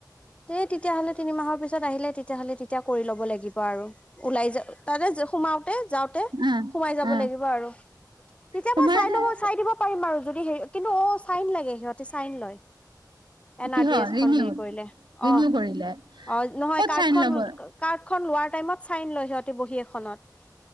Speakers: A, on the left (about 15°); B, on the right (about 85°).
A: দে, তেতিয়াহ'লে তিনিমাহৰ পিছত আহিলে, তেতিয়াহ'লে তেতিয়া কৰি ল'ব লাগিব আৰু। ওলাই যা তাতে সোমাওঁতে, যাওঁতে
B: অ
A: সোমাই যাব
B: অ
A: লাগিব আৰু। তেতিয়া
B: সোমাই
A: মই চাই
B: যায়
A: ল চাই দিব পাৰিম আৰু, যদি হে, কিন্তু অ' চাইন লাগে সিহঁতে চাইন লয়। এন
B: কিহৰ
A: আৰ ডি এছখন
B: ৰিনিউ
A: হেৰি কৰিলে,
B: ৰিনিউ
A: অ'
B: কৰিলে
A: অ' নহয়
B: ক'ত
A: কাৰ্ডখন
B: চাইন ল'ব
A: কাৰ্ডখন লোৱাৰ টাইমত চাইন লয় সিহঁতি বহী এখনত।